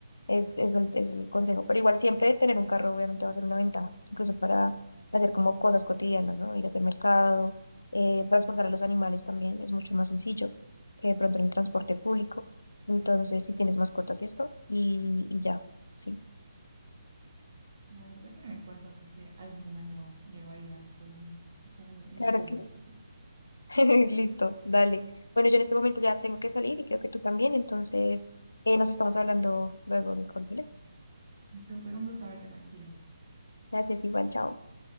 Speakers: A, on the left; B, on the right.
A: Es, es el, es el consejo, pero igual siempre tener un carro obviamente va a ser una ventaja, incluso para hacer como cosas cotidianas, ¿no? Ir a hacer mercado, eh, transportar a los animales también es mucho más sencillo que de pronto en el transporte público. Entonces, si tienes mascotas y esto, y, y ya, sí.
B: Claro, lo voy a tener en cuenta si es que algún momento llego a ir a Colombia. Están en en
A: Claro
B: mis planes,
A: que sí.
B: así.
A: <laughs> Listo, dale. Bueno, yo en este momento ya tengo que salir y creo que tú también, entonces eh, nos estamos hablando luego, Nicole, ¿vale?
B: So, fue un gusto haberte conocido.
A: Gracias, igual, chao.